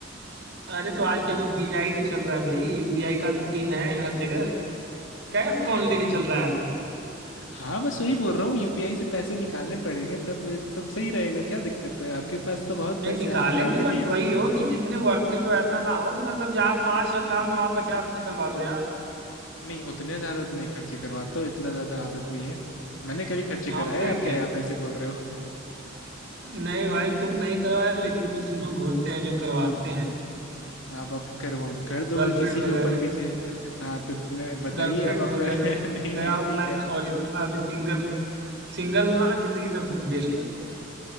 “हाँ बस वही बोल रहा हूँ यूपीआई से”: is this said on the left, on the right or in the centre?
Left